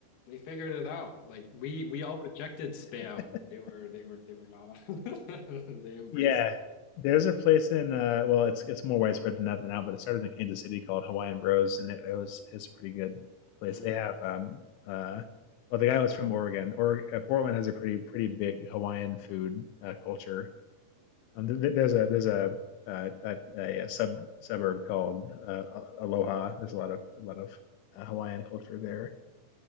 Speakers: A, on the left (about 60°); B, on the left (about 85°).
A: they figured it out. Like we we all rejected spam,
B: <laughs>
A: and they were they were they were not. <laughs> They embraced.
B: Yeah, there's a place in uh, well, it's it's more widespread than that now, but it started in Kansas City called Hawaiian Bros, and it, it was it's a pretty good place.
A: Mm.
B: They have um uh, well, the guy was from Oregon. Or uh, Portland has a pretty pretty big Hawaiian food uh, culture. Um, th- th- there's a there's a uh, a, a, a sub suburb called uh, Aloha. There's a lot of a lot of uh, Hawaiian culture there.